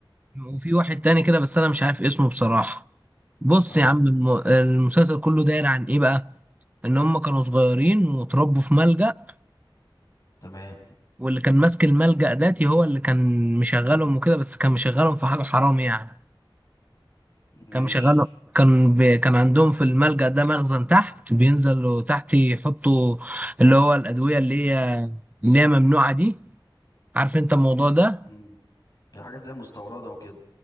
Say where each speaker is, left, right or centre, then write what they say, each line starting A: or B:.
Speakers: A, on the right; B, on the left.
A: وفي واحد تاني كده بس انا مش عارف اسمه بصراحة بص
B: اه
A: يا عم الم- المسلسل كله داير عن ايه بقى ان هم كانوا صغيرين واتربوا في ملجأ
B: تمام
A: واللي كان ماسك الملجأ داتي هو اللي كان مشغلهم وكده بس كان مشغلهم في حاجة حرام يعني
B: ماشي
A: كان مشغلهم كان ب... كان عندهم في الملجأ ده مخزن تحت بينزلوا تحت يحطوا اللي هو الأدوية اللي هي اللي هي ممنوعة دي عارف انت الموضوع ده
B: مم. دي حاجات زي مستوردة وكده